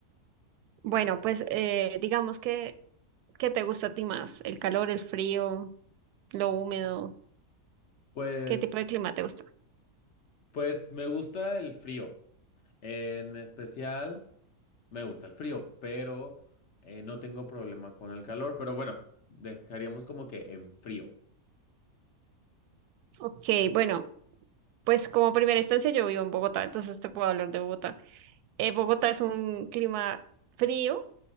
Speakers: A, on the right; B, on the left.
A: Bueno, pues eh, digamos que, ¿qué te gusta a ti más? ¿El calor, el frío, lo húmedo?
B: Pues
A: ¿Qué tipo de clima te gusta?
B: pues me gusta el frío. En especial me gusta el frío, pero eh, no tengo problema con el calor, pero bueno, dejaríamos como que en frío.
A: Ok, bueno, pues como primera instancia yo vivo en Bogotá, entonces te puedo hablar de Bogotá. Eh, Bogotá es un clima frío,